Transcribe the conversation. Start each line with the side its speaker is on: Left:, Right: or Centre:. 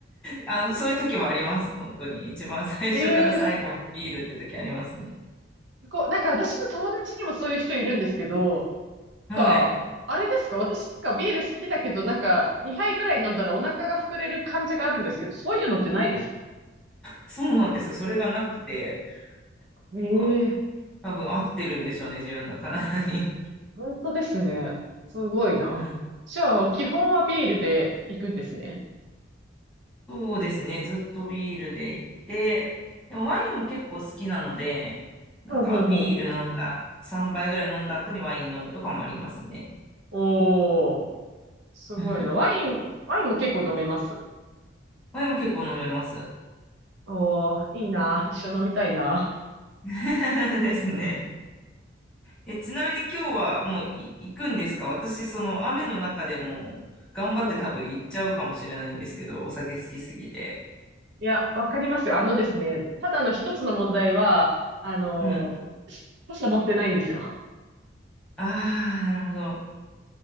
Centre: あの、そういう時もあります。本当に。一番最初から最後までビールって時ありますね。
Right: ええー、こう、なんか私の友達にもそういう人いるんですけど、
Centre: はい。
Right: なんか、あれですか私がビール好きだけど、なんか、2杯ぐらい飲んだらお腹が膨れる感じがあるんですけど、そういうのってないですか
Centre: そうなんですよ。それがなくて、
Right: ええー、
Centre: なんか、多分合ってるんでしょうね、自分の体に。
Right: 本当ですね。すごいな。
Centre: うん。
Right: じゃあ、基本はビールで行くんですね。
Centre: そうですね。ずっとビールで行って、でもワインも結構好きなので、なんかビール飲んだ、
Right: うんうんうん。
Centre: 3杯ぐらい飲んだ後にワイン飲むとかもありますね。
Right: おー、すごいな。
Centre: うん。
Right: ワイン、ワインも結構飲めます
Centre: ワインも結構飲めます。
Right: おー、いいな。一緒飲みたいな。
Centre: <laughs> ですね。え、ちなみに今日はもうい行くんですか私、その雨の中でも頑張って多分行っちゃうかもしれないんですけど、
Right: うん。
Centre: お酒好きすぎて。
Right: いや、わかりますよ。あのですね、ただの一つの問題は、あの、
Centre: うん。
Right: 傘持ってないんですよ。
Centre: ああ、なるほど。